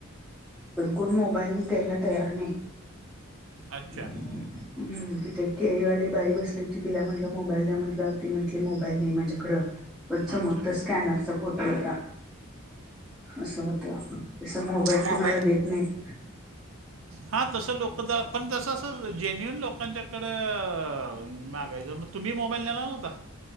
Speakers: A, in the centre; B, on the right (about 65°).
A: पण कोण मोबाईल द्यायला तयार नाही.
B: अच्छा
A: हम्म तिथे केळीवाली बाई बसली होती, तिला म्हणलं मोबाईल द्या म्हंटल्याव ती म्हंटली मोबाईल नाय माझ्याकडं. पण समोर
B: अच्छा
A: तर स्कॅनरचा फोटो होता असं होतं तसं मो-
B: तो मोबाईल
A: कुणाला देत नाहीत.
B: हा तसं लोकं जरा पण जसं असं जेन्युन लोकांच्याकडं मागायचं म- तुम्ही मोबाईल न्हेला नव्हता.